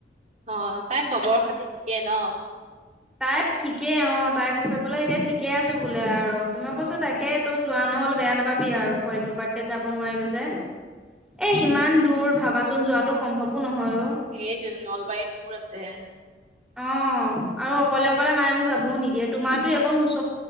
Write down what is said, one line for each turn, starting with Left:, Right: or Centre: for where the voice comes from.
Right: অ', তাই খবৰ-খাতি ঠিকে ন'?
Centre: তাই ঠিকেই। অ', তাই কৈছে বোলে এতিয়া ঠিক কে আছো বোলে আৰু, মই কৈছো তাকে তোৰ যোৱা নহ'ল, বেয়া নাপাবি আৰু, পোৱালিটোৰ বাৰ্থডেত যাব নোৱাৰিলো যে। এই ইমান দূৰ ভাবাচোন, যোৱাটো সম্ভৱো নহয় অ'।
Right: এইটোৱেটো নলবাৰী দূৰ আছে।
Centre: অ', আৰু অকলে অকলে মায়ে মোক যাবওঁ নিদিয়ে। তোমাৰতো এইকণ ওচ